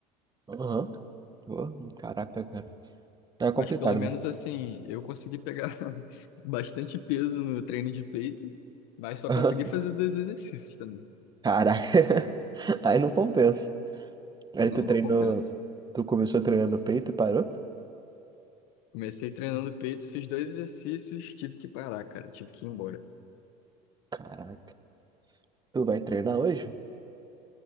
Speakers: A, on the right; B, on the left.
A: aham. Pô, Caraca, cara. É complicado,
B: Mas pelo menos,
A: né?
B: assim, eu consegui pegar <laughs> bastante peso no treino de peito, mas só
A: <laughs>
B: consegui fazer dois exercícios também.
A: Caraca. <laughs> Aí não compensa. Aí
B: Não,
A: tu treinou,
B: não compensa.
A: tu começou treinando peito e parou?
B: Comecei treinando peito, fiz dois exercícios, tive que parar, cara, tive que ir embora.
A: Caraca. Tu vai treinar hoje?